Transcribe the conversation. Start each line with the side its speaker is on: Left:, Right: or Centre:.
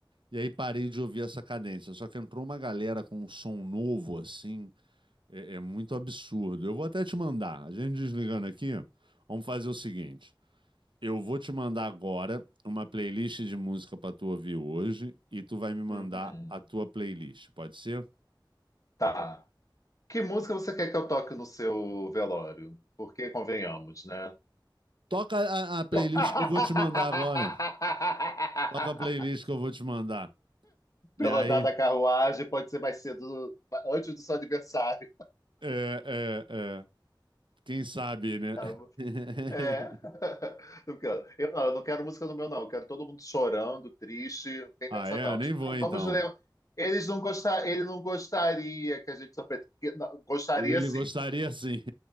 Right: e aí parei de ouvir essa cadência. Só que entrou uma galera com um som novo, assim, é, é muito absurdo. Eu vou até te mandar. A gente desligando aqui, vamos fazer o seguinte: eu vou te mandar agora uma playlist de música para tu ouvir hoje, e tu vai me mandar
Left: Uhum.
Right: a tua playlist, pode ser?
Left: Tá. Que música você quer que eu toque no seu velório? Porque convenhamos, né?
Right: Toca a, a playlist
Left: <laughs>
Right: que eu vou te mandar agora. Toca a playlist que eu vou te mandar.
Left: Pelo
Right: E aí,
Left: andar da carruagem, pode ser mais cedo, antes do seu aniversário,
Right: é, é, é. Quem sabe, né?
Left: tá?
Right: <laughs>
Left: É. <laughs> Eu quero- eu não, eu não quero música no meu, não. Eu quero todo mundo chorando, triste. Não tem
Right: Ah,
Left: dessa,
Right: é?
Left: não.
Right: Eu nem
Left: Tipo,
Right: vou
Left: "Ai,
Right: então.
Left: vamos ler. um. Eles não gostar, ele não gostaria que a gente sofresse. Que- não, Gostaria
Right: Ele
Left: sim.
Right: gostaria sim.